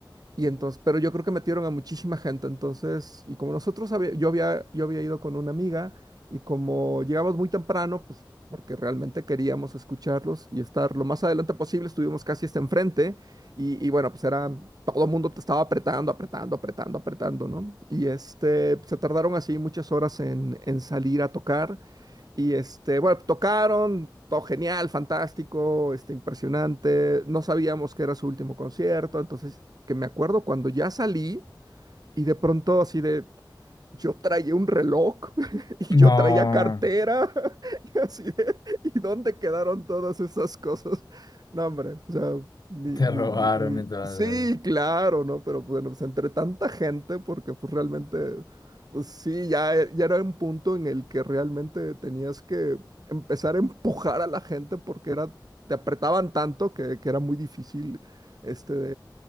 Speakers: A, on the right (about 55°); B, on the left (about 55°).
A: Y entonces, pero yo creo que metieron a muchísima gente, entonces, y como nosotros había- yo había, yo había ido con una amiga y como llegamos muy temprano, pues porque realmente queríamos escucharlos y estar lo más adelante posible, estuvimos casi hasta enfrente y, y bueno, pues era, todo el mundo te estaba apretando, apretando, apretando, apretando, ¿no? Y este, se tardaron así muchas horas en, en salir a tocar y este, bueno, tocaron. Todo genial, fantástico, este, impresionante. No sabíamos que era su último concierto, entonces que me acuerdo cuando ya salí y de pronto así de, yo traía un reloj <laughs> y
B: No,
A: yo traía cartera <laughs> y así de, ¿y dónde quedaron todas esas cosas? No, hombre, o sea, ni,
B: te
A: ni,
B: robaron
A: ni, ni-
B: entonces.
A: sí, claro, ¿no? Pero bueno, pues entre tanta gente, porque pues realmente, pues sí, ya, e- ya era un punto en el que realmente tenías que empezar a empujar a la gente porque era, te apretaban tanto que, que era muy difícil este